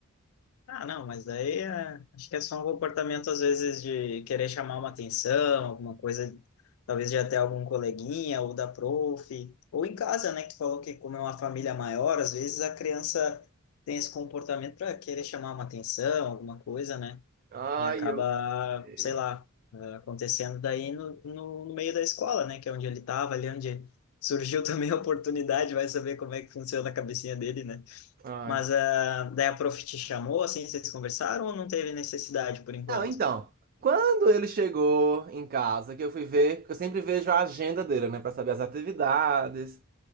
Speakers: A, on the left; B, on the right.
A: Ah, não, mas daí é, acho que é só um comportamento, às vezes, de querer chamar uma atenção, alguma coisa, talvez de até algum coleguinha ou da prof, ou em casa, né, que tu falou que como é uma família maior, às vezes a criança tem esse comportamento para querer chamar uma atenção, alguma coisa, né,
B: Ai,
A: e acaba,
B: eu sei.
A: sei lá, eh, acontecendo daí no, no, no meio da escola, né, que é onde ele estava, ali onde surgiu <laughs> também a oportunidade, vai saber como é que funciona a cabecinha dele, né?
B: Ai,
A: Mas ah, daí a prof te chamou, assim, vocês conversaram ou não teve necessidade por enquanto?
B: Não, então, quando ele chegou em casa, que eu fui ver, porque eu sempre vejo a agenda dele, né, Pra saber as atividades,